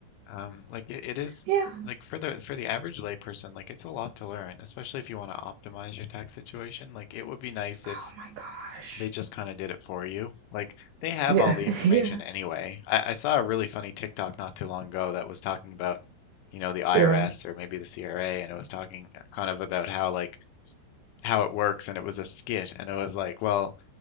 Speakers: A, on the left; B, on the right.
A: Um, like it, it is
B: yeah.
A: like for the for the average layperson, like it's a lot to learn, especially if you want to optimize your tax situation. Like it would be nice
B: Oh
A: if
B: my gosh.
A: they just kind of did it for you. Like they have
B: Yeah.
A: all the information
B: <laughs> Yeah.
A: anyway. I, I saw a really funny TikTok not too long ago that was talking about, you know, the IRS
B: Yeah.
A: or maybe the CRA, and it was talking uh, kind of about how like how it works, and it was a skit, and it was like, well